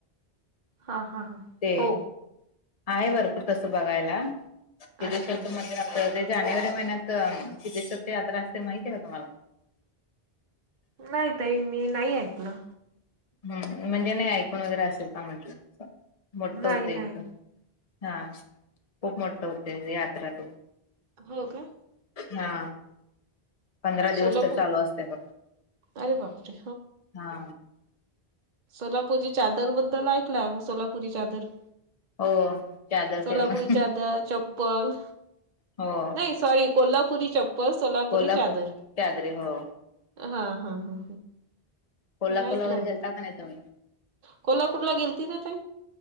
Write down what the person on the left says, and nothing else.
ते
आहे भरपूर तस बघायला त्यांच्यासारखं
मंदिर आपल जानेवारी महिन्यात सिद्धेश्वर यात्रा असते माहती आहे का तुम्हाला?
हम् म्हणजे नाही ऐकून वगैरे असेल का म्हंटलं मोठत
होतं
इथ. हा खूप मोठ होते यात्रा ती.
हा. पंधरा
दिवस तर चालू असते बघ
हा.
हो चादर
फेमस
हो
कोल्हापूर
चादरी हो
कोल्हापूर
वगैरेता
का नाही तु्ही.